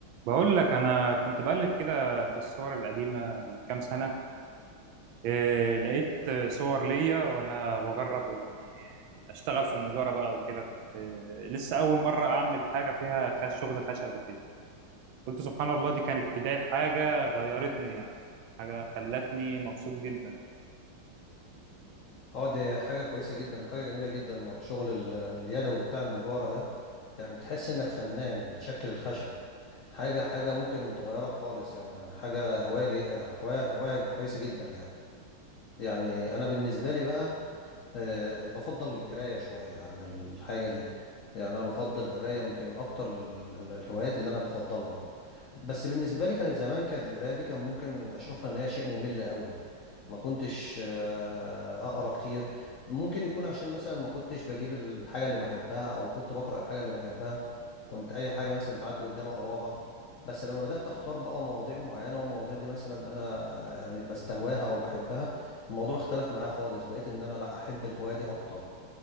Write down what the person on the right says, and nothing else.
بقول لك انا كنت بقلب كده في الصور القديمه من كام سنه إيه لقيت صور ليا وانا بجرب اني اشتغل في النجاره بقى وكده كنت إيه لسه اول مره اعمل حاجه فيها خش شغل خشب وكده قلت سبحان الله دي كانت بدايه حاجه غيرتني يعني حاجه خلتني مبسوط جدا